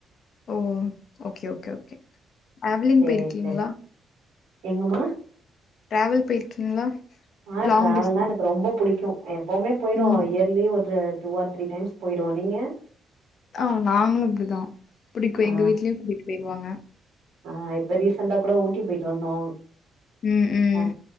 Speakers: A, on the left; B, on the right.
A: ஓ ஓகே ஓகே ஓகே அவ்லிங்
B: சேரி
A: போயிருக்கீங்களா
B: சேரி எங்கம்மா
A: ட்ராவல் போயிருக்கீங்களா
B: ஆ
A: லாங்
B: ட்ராவல்னா
A: டிஸ்டன்ஸ்
B: எனக்கு ரொம்ப புடிக்கு எப் போமே போயிடு
A: ம்.
B: இயர்லி ஒரு டூ ஆர் த்ரீ டைம்ஸ் போய்டுவோ நீங்க
A: ஆ நாங்களு இப்டிதா புடிக்கு
B: ஆ
A: எங்க வீட்லயு கூட்டு போயிடுவாங்க
B: ஆ இப்ப ரீசண்டா கூட ஊட்டி போய்ட்டு வந்தோ
A: ம் ம்.
B: அ